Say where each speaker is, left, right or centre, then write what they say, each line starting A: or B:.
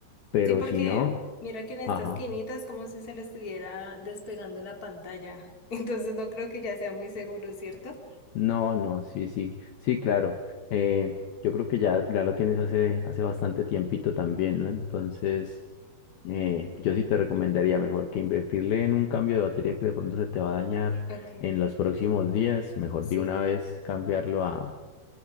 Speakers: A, on the left; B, on the left.
A: Pero
B: sí, porque
A: si no,
B: mira que en esta
A: ajá.
B: esquinita es como si se le estuviera despegando la pantalla. <laughs> Entonces no creo que ya sea muy seguro, ¿cierto?
A: No, no, sí, sí. Sí, claro. Eh, yo creo que ya, ya lo tienes hace, hace bastante tiempito también, ¿no? Entonces, eh, yo sí te recomendaría mejor que invertirle en un cambio de batería que de pronto se te va a dañar
B: Ok,
A: en los próximos días. Mejor
B: sí.
A: de una vez cambiarlo a,